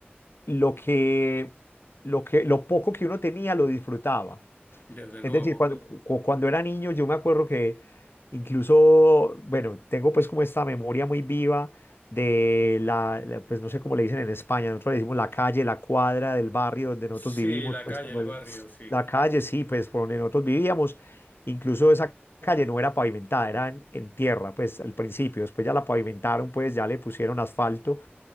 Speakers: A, on the left; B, on the left.
A: lo que, lo que, lo poco que uno tenía lo disfrutaba.
B: desde luego.
A: Es decir, cuando, cu- cuando era niño yo me acuerdo que incluso, bueno, tengo pues como esta memoria muy viva de la, la- pues no sé cómo le dicen en España, nosotros le decimos la calle, la cuadra del barrio donde nosotros
B: Sí,
A: vivimos,
B: la
A: pues
B: calle,
A: como
B: el
A: el-
B: barrio, sí.
A: la calle, sí, pues por donde nosotros vivíamos, incluso esa calle no era pavimentada, era en, en tierra, pues al principio, después ya la pavimentaron, pues ya le pusieron asfalto,